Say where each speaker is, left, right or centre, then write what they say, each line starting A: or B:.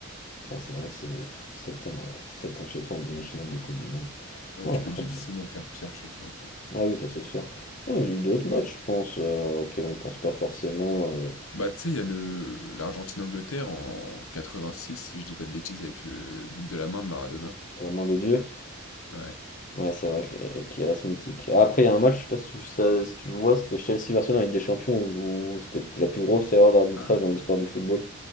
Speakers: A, on the left (about 35°); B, on the left (about 75°).
A: Ah, c'est vrai que c'est 7 ans, ouais. 7 ans chez toi en demi-finale de Coupe du Monde.
B: Ouais,
A: Non,
B: tu
A: après.
B: peux difficilement
A: bon,
B: faire pire chez toi, quoi.
A: Ah oui, ça c'est sûr. Non, il y a eu d'autres matchs, je pense, euh, auxquels on pense pas forcément euh,
B: Bah, tu sais, il y a le l'Argentine-Angleterre en 86, si je dis pas de bêtises, avec le but de la main de Maradona.
A: à la main de Dieu.
B: Ouais.
A: Ouais, c'est vrai que- qu'il reste mythique. Ah, Après, il y a un match, je sais pas si tu, ça- si tu vois, c'était Chelsea-Barcelone en Ligue des Champions, où, où c'était la plus grosse erreur d'arbitrage
B: Ah,
A: dans l'histoire du football.